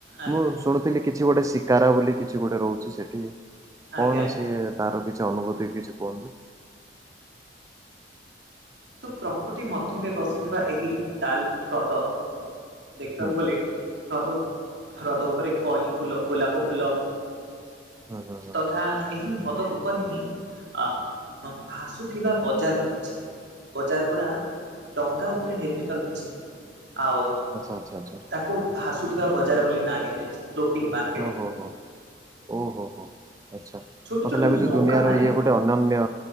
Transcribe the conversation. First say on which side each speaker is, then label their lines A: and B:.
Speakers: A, on the right; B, on the right.
A: ଆଜ୍ଞା।
B: ମୁଁ ଶୁଣୁଥିଲି କିଛି ଗୋଟେ ଶିକାର ବୋଲି କିଛି ଗୋଟେ ରହୁଛି ସେଠି।
A: ଆଜ୍ଞା
B: କଣ
A: ଆଜ୍ଞା
B: ସିଏ
A: ଆଜ୍ଞା।
B: ତାର କିଛି ଅନୁଭୂତି କିଛି କୁହନ୍ତୁ।
A: ତ ପ୍ରକୃତି ମଧ୍ୟରେ ବସିଥିବା ଏହି ଡାଲ ହ୍ରଦ ଦେଖିବାକୁ
B: ହୁଁ
A: ଗଲେ
B: ହୁଁ
A: ହ୍ରଦ ହ୍ରଦ ଉପରେ କଇଁ ଫୁଲ ଗୋଲାପ ଫୁଲ
B: ହୁଁ ହୁଁ ହୁଁ
A: ତଥା ଏହି ହ୍ରଦ ଉପରେ ହିଁ ଅ ଭାସୁଥିବା ବଜାର ରହିଛି। ବଜାର ଗୁଡ଼ା ଡଙ୍ଗା ଉପରେ ନିର୍ମିତ ରହିଛି ଆଉ
B: ଆଛା ଆଛା ଆଛା।
A: ତାକୁ ଭାସୁଥିବା ବଜାର ବୋଲି ନାଁ ଦିଆଯାଇଛି। ଫ୍ଲୋଟିଂ ବାର୍
B: ଓହୋ ହୋ ଓ ହୋ ହୋ ଆଚ୍ଛା
A: ଛୋଟ
B: ମତେ
A: ଛୋଟ
B: ଲାଗୁଛି
A: ନୌକା
B: ଦୁନିଆର
A: ମାନେ
B: ଇଏ ଗୋ ତ ଅନନ୍ୟ